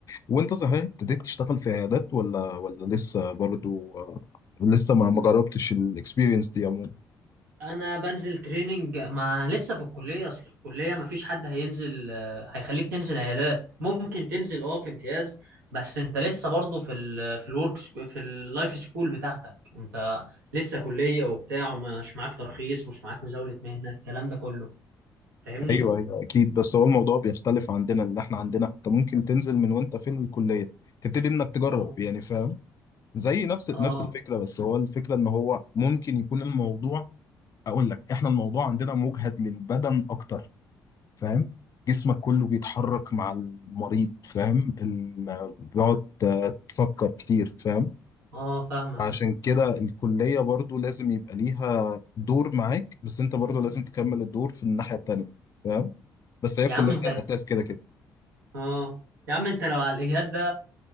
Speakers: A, on the left (about 35°); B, on the right (about 85°).
A: وانت صحيح ابتديت تشتغل في عيادات ولا ولا لسه برضو آه، لسه ما ما جربتش الاكسبيرينس دي عموما
B: انا بنزل تريننج ما لسه في الكليه اصل الكليه مفيش حد هينزل آه، هيخليك تنزل عيادات ممكن تنزل اه في امتياز بس انت لسه برضه في ال في الورك سكو- في اللايف سكول بتاعتك انت لسه كليه وبتاع ومش معاك ترخيص مش معاك مزاوله مهنه الكلام ده كله فاهمني
A: ايوه ايوه اكيد بس هو الموضوع بيختلف عندنا ان احنا عندنا حتى ممكن تنزل من وانت في الكليه تبتدي انك تجرب
B: آه.
A: يعني فاهم زي نفس
B: اه
A: نفس الفكره بس هو الفكره ان هو ممكن يكون الموضوع اقول لك احنا الموضوع عندنا مجهد للبدن اكتر فاهم جسمك كله بيتحرك مع المريض فاهم ال- بيقعد آه، تفكر كتير فاهم
B: اه فاهمك
A: عشان كده الكلية برضو لازم يبقى ليها دور معاك بس انت برضو لازم تكمل الدور في الناحية التانية فاهم بس هي
B: يا
A: الكلية
B: عم انت
A: هي الأساس كده كده
B: اه يا عم انت لو على الاجهاد ده